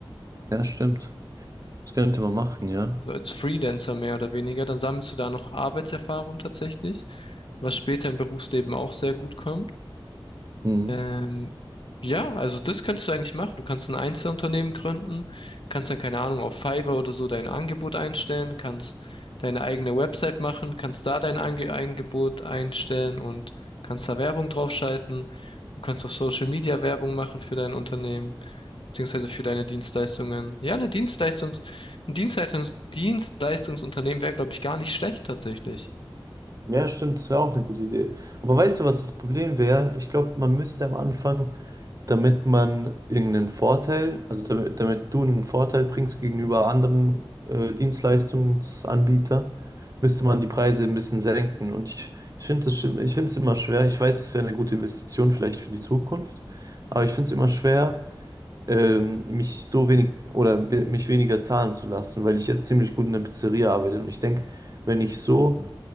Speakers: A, on the right; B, on the left.
A: ja, stimmt. Das könnte man machen, ja.
B: so als Freelancer mehr oder weniger, dann sammelst du da noch Arbeitserfahrung tatsächlich, was später im Berufsleben auch sehr gut kommt.
A: Mhm.
B: Ähm, ja, also das könntest du eigentlich machen. Du kannst ein Einzelunternehmen gründen, kannst dann, keine Ahnung, auf Fiverr oder so dein Angebot einstellen, kannst deine eigene Website machen, kannst da dein Ange Angebot einstellen und kannst da Werbung draufschalten. Du kannst auch Social Media Werbung machen für dein Unternehmen, beziehungsweise für deine Dienstleistungen. Ja, eine Dienstleistungs ein Dienstleistungs Dienstleistungsunternehmen wäre, glaube ich, gar nicht schlecht tatsächlich.
A: Ja, stimmt, das wäre auch eine gute Idee. Aber weißt du, was das Problem wäre? Ich glaube, man müsste am Anfang, damit man irgendeinen Vorteil, also damit, damit du einen Vorteil bringst gegenüber anderen äh, Dienstleistungsanbietern, müsste man die Preise ein bisschen senken. Und ich, ich finde das, schim- ich finde es immer schwer. Ich weiß, es wäre eine gute Investition vielleicht für die Zukunft, aber ich finde es immer schwer. ähm, mich so wenig oder we- mich weniger zahlen zu lassen, weil ich ja ziemlich gut in der Pizzeria arbeite. Und ich denke, wenn ich so